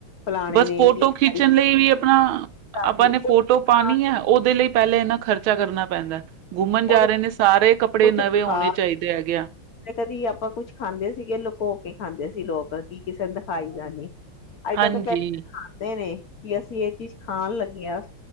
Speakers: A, on the left; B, on the right.
A: ਫਲਾਣੇ
B: ਬਸ
A: ਨੇ
B: ਫੋਟੋ
A: ਇਹ ਚੀਜ਼
B: ਖਿੱਚਣ
A: ਪਾਈ
B: ਲਈ ਅਪਣਾ,
A: ਖਾਦੀ
B: ਆਪਾਂ ਨੇ ਫੋਟੋ
A: ਕੁਛ ਖਾਣੇ
B: ਪਾਣੀ ਹੈ, ਉਹਦੇ ਲਈ ਪਹਿਲੇ ਇਹਨਾਂ ਖ਼ਰਚਾ ਕਰਨਾ ਪੈਂਦਾ। ਘੁੰਮਣ ਜਾ
A: ਉਹਦੇ
B: ਰਹੇ ਨੇ ਸਾਰੇ ਕੱਪੜੇ
A: ਕੁੱਝ
B: ਨਵੇਂ
A: ਖਾ
B: ਹੋਣੇ ਚਾਹੀਦੇ ਹੈਗੇ ਆ
A: ਕਦੀ ਆਪਾਂ ਕੁਛ ਖਾਂਦੇ ਸੀਗੇ ਲੋਕੋ ਕੇ ਕੀ ਖਾਂਦੇ ਸੀ ਲੋਕ, ਕੀ ਕਿਸੇ ਨੂੰ ਦਿਖਾਈ ਦਾ ਨਹੀ ਅੱਜ
B: ਹਾਂਜੀ
A: ਕੱਲ ਤਾਂ <inaudible> ਦਿਖਾਂਦੇ ਨੇ ਕੀ ਅਸੀਂ ਇਹ ਚੀਜ਼ ਖਾਣ ਲਗੇ ਆ